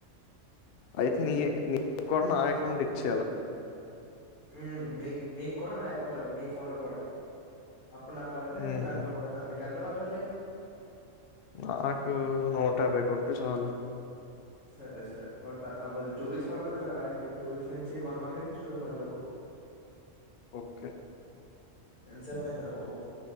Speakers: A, on the left; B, on the left.
A: అయితే <unintelligible> కొన్నా ఇచ్చేల
B: మ్మ్ నీ నీకు కూడా నా అకౌంట్ ఇవ్వాలి నీ ఫోన్ లో కూడా అప్పుడు నాకు పడితే నేను
A: ఉహు
B: దాంట్లో కొడతానులే కానీ <unintelligible> కొట్టండి
A: నాకు నూట యాబ్భై కొట్టు చాలు
B: సరే సరే కొడతా టూ వీక్స్ పడతదిలేర రావడానికి టూ వీక్స్ నుంచి వన్ వన్ వీక్ నుంచి టూ వీక్ మధ్యలోపూ
A: ఓకే
B: ఎంతసేపుయిందిరా బాబు